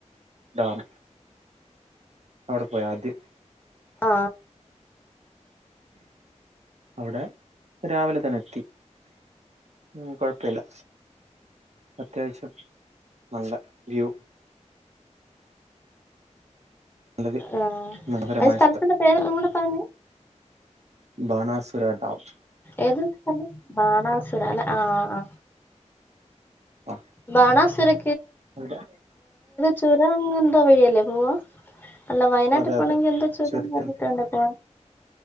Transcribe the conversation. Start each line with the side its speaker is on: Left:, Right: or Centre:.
Right: ഡാം അവിടെ പോയി ആദ്യം
Left: ആ
Right: അവിടെ രാവിലെ തന്നെ എത്തി മ് കുഴപ്പില്ല അത്യാവശ്യം നല്ല വ്യൂ നല്ലൊരു
Left: ആ
Right: മനോഹരമായ
Left: അ സ്ഥൽത്തിന്റെ
Right: സ്ഥലം
Left: പേരൊന്നും കൂടെ പറഞ്ഞേ
Right: ബാനാസുരാ ഡാം
Left: ഏത് സ്ഥലം ബാണാസുര അല്ലെ ആ ആ
Right: ആ
Left: ബാണസുര
Right: <unintelligible>
Left: ചുരംഅങ്ങേന്തോ വഴിയല്ലേ പോവ അല്ല വയനാട്ടിൽ
Right: അതെ
Left: പോണെങ്കിൽ
Right: അതെ
Left: എന്താ ചുരം
Right: ചുരത്തിൽ
Left: കേറീട്ടു വേണ്ടേ പോവാൻ